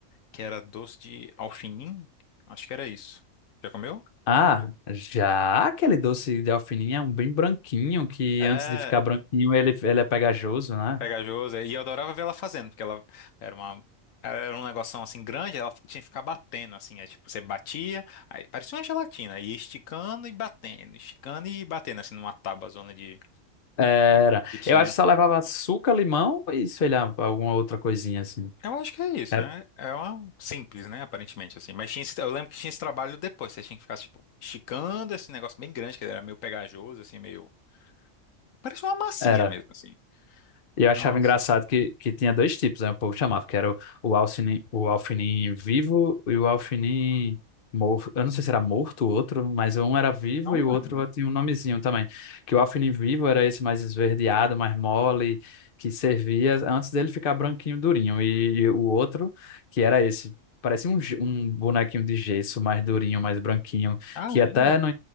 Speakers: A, on the left (about 75°); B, on the left (about 45°).
A: que era doce de alfinim. Acho que era isso. Já comeu?
B: Ah, já aquele doce de alfininha é um bem branquinho, que
A: É,
B: antes de ficar branquinho ele, ele é pegajoso, né?
A: pegajoso. E eu adorava ver ela fazendo, porque ela era uma. ela Era um negocinho assim grande, ela tinha que ficar batendo, assim. É tipo, você batia, aí parecia uma gelatina, e esticando e batendo, esticando e batendo, assim, numa tábua zona de
B: Era.
A: que tinha.
B: Eu acho que só levava açúcar, limão e, sei lá, alguma outra coisinha assim.
A: Eu acho que é isso,
B: Era.
A: né? É uma simples, né? Aparentemente, assim. Mas tinha esse- eu lembro que tinha esse trabalho depois, você tinha que ficar, tipo, esticando esse negócio bem grande, que era meio pegajoso, assim, meio. Parecia uma massinha
B: Era.
A: mesmo, assim.
B: E eu
A: Nossa,
B: achava engraçado que, que tinha dois tipos, né? O povo chamava, que era o, o Alcinin, o Alfinin vivo e o Alfinin morto. Eu não sei se era morto o outro, mas um era vivo
A: não
B: e o outro
A: lembro.
B: tinha um nomezinho também. Que o Alfinin vivo era esse mais esverdeado, mais mole, que servia antes dele ficar branquinho, durinho. E, e o outro, que era esse, parecia um, ge- um bonequinho de gesso, mais durinho, mais branquinho,
A: Ah,
B: que
A: é?
B: até no